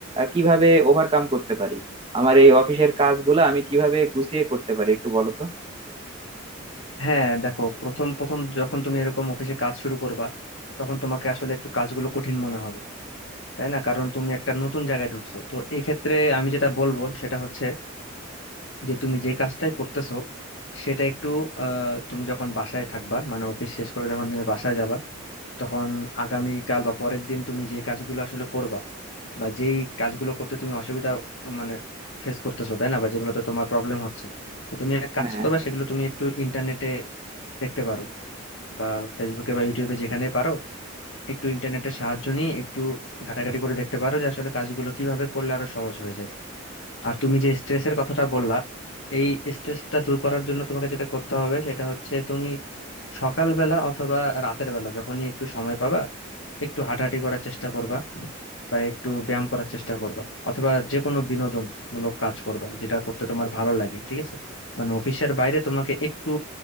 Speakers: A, on the right; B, on the left.
A: কিভাবে ওভারকাম করতে পারি আমার এই অফিসের কাজগুলো আমি কিভাবে গুছিয়ে করতে পারি একটু বলো তো
B: হ্যাঁ দেখো প্রথম প্রথম যখন তুমি এরকম অফিসে কাজ শুরু করবা তখন তোমাকে আসলে একটু কাজগুলো কঠিন মনে হবে তাই না কারণ তুমি একটা নতুন জায়গায় ঢুকছো তো এই ক্ষেত্রে আমি যেটা বলবো সেটা হচ্ছে যে তুমি যে কাজটাই করতেছো সেটা একটু আহ, তুমি যখন বাসায় থাকবা মানে অফিস শেষ করে যখন তুমি বাসায় যাবা তখন আগামীকাল বা পরের দিন তুমি যে কাজগুলো আসলে করবা বা যেই কাজগুলো করতে তুমি অসুবিধা মানে ফেস করতেছো তাই না বা যেগুলোতে তোমার প্রবলেম হচ্ছে তো তুমি এক কাজ
A: হ্যাঁ
B: করবা সেগুলো তুমি একটু ইন্টারনেটে দেখতে পারো বা ফেসবুকে বা ইউটিউবে যেখানে পারো একটু ইন্টারনেটের সাহায্য নিয়ে একটু ঘাটাঘাটি করে দেখতে পারো যে আসলে কাজগুলো কিভাবে করলে আরো সহজ হয়ে যায় আর তুমি যে স্ট্রেসের কথাটা বললা এই স্ট্রেসটা দূর করার জন্য তোমাকে যেটা করতে হবে সেটা হচ্ছে তুমি সকালবেলা অথবা রাতের বেলা যখনই একটু সময় পাবা একটু হাঁটাহাঁটি করার চেষ্টা করবা বা একটু ব্যায়াম করার চেষ্টা করবা অথবা যে কোনো বিনোদনমূলক কাজ করবা যেটা করতে তোমার ভালো লাগে ঠিক আছে মানে অফিসের বাইরে তোমাকে একটু